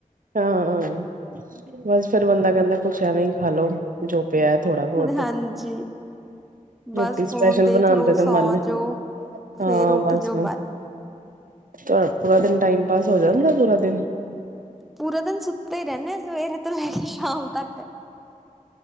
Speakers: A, on the right (about 80°); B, in the centre.
A: ਅੱਛਾ ਬਸ ਫਿਰ ਬੰਦਾ ਕਹਿੰਦਾ ਕੁਛ ਐਵੇਂ ਹੀ ਖਾਲੋ ਜੋ ਪਿਆ ਥੋੜ੍ਹਾ ਬਹੁਤ
B: ਹਾਂਜੀ ਬਸ
A: ਰੋਟੀ ਸਪੈਸ਼ਲ
B: ਫੋਨ ਦੇਖ
A: ਬਣਾਉਣ
B: ਲੋ,
A: ਤੇ
B: ਸੌ
A: ਤਾਂ ਮਨ ਹਾਂ
B: ਜੋ, ਫੇਰ ਉੱਠ
A: ਬਸ
B: ਜੋ
A: ਬਸ ਤੁਹਾਡਾ ਪੂਰਾ ਦਿਨ ਟਾਈਮ ਪਾਸ ਹੋ ਜਾਂਦਾ ਪੂਰਾ ਦਿਨ?
B: ਪੂਰਾ ਦਿਨ ਸੁੱਤੇ ਹੀ ਰਹਿੰਨੇ ਆ ਸਵੇਰੇ ਤੋਂ ਲੈ ਕੇ ਸ਼ਾਮ ਤੱਕ।